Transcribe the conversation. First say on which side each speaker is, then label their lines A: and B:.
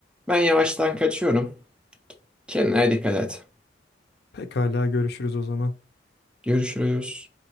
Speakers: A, in the centre; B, on the left.
A: ben yavaştan kaçıyorum. Kendine dikkat et.
B: Pekala görüşürüz o zaman.
A: Görüşürüz.